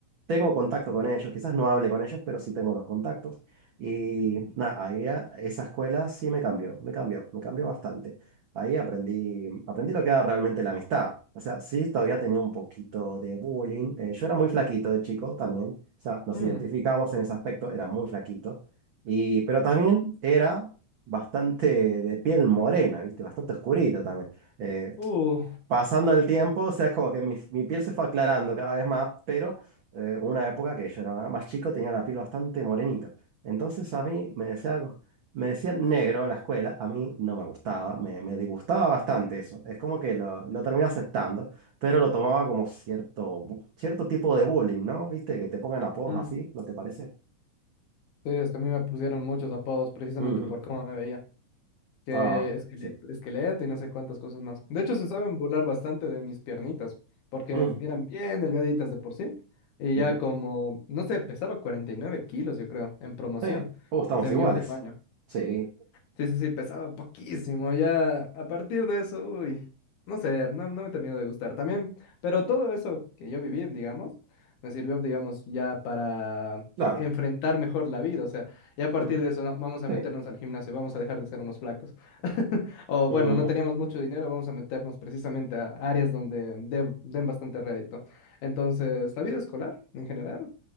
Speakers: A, on the right (about 85°); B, on the left (about 75°).
A: tengo contacto con ellos, quizás no hable con ellos, pero sí tengo los contactos. Y nada, ahí a- esa escuela sí me cambió, me cambió, me cambió bastante. Ahí aprendí, aprendí lo que era realmente la amistad. O sea, sí, todavía tenía un poquito de bullying. eh, yo era muy flaquito de chico también. O sea, nos
B: Mm,
A: identificamos en ese aspecto, era muy flaquito. Y, pero también era bastante de piel morena, ¿viste? Bastante oscurito también. Eh,
B: uh,
A: pasando el tiempo, o sea, es como que mi, mi piel se fue aclarando cada vez más, pero eh, una época que yo era más chico tenía la piel bastante morenita. Entonces a mí me decía algo- me decían negro en la escuela, a mí no me gustaba, me, me disgustaba bastante eso. Es como que lo, lo terminé aceptando, pero lo tomaba como cierto, bu- cierto tipo de bullying, ¿no? ¿Viste? Que te pongan apodos
B: mm.
A: así, ¿no te parece?
B: Sí, es que a mí me pusieron muchos apodos precisamente
A: Ujú.
B: por cómo me veía. que
A: Ah,
B: esqueleto,
A: sí.
B: esqueleto y no sé cuántas cosas más. De hecho, se saben burlar bastante de mis piernitas, porque
A: Ujú,
B: eran bien delgaditas de por sí, y
A: ujú.
B: ya como, no sé, pesaba 49 kilos, yo creo, en promoción,
A: Sí. Oh, estamos
B: de
A: iguales.
B: mi último año.
A: Sí,
B: Sí, sí, sí, pesaba poquísimo. Ya a partir de eso, uy, no sé, no, no me terminó de gustar también. Pero todo eso que yo viví, digamos, me sirvió, digamos, ya para
A: claro.
B: enfrentar mejor la vida. O sea, ya a partir
A: Ujú,
B: de eso, no, vamos a
A: Sí.
B: meternos al gimnasio, vamos a dejar de ser unos flacos. <laughs> O
A: Ujú.
B: bueno, no teníamos mucho dinero, vamos a meternos precisamente a áreas donde de- den bastante rédito. Entonces, la vida escolar en general.